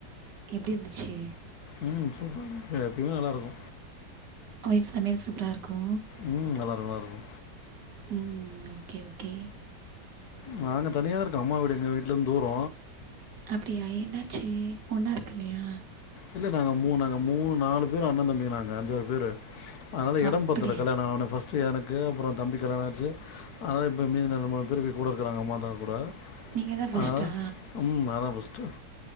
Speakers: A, on the right (about 70°); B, on the left (about 65°).
A: எப்டி இருந்துச்சு
B: ம் சூப்பராயிருந்துது எப்பயுமே நல்லாருக்கு
A: ஒய்ஃப் சமையல் சூப்பரா இருக்கு
B: ம் நல்லாருக்கு நல்லாருக்கு
A: ம் ஓகே ஓகே
B: நாங்க தனியா இருக்கோ அம்மா வீடு எங்க வீட்ல இருந்து தூர
A: அப்டியா என்னாச்சு ஒன்னா இருக்கலயா
B: இல்ல நாங்க மூணு மூணு நாலு பேரு அண்ண தம்பி நாங்க அஞ்சாறு பேரு அதனால
A: அப்படியா
B: எடம் பத்தல கல்யாண ஆனவுடனே ஃபர்ஸ்ட் எனக்கு அப்ற தம்பிக் கல்யாணம் ஆச்சு அதனால இப்போ மீதி ரெண்டு மூணு பேருக் கூட இருக்குறாங்க அம்மா அத்தா கூட
A: நீங்கள் தான் ஃபஸ்ட்டா
B: ஆ ம் நா தா ஃபர்ஸ்ட்டு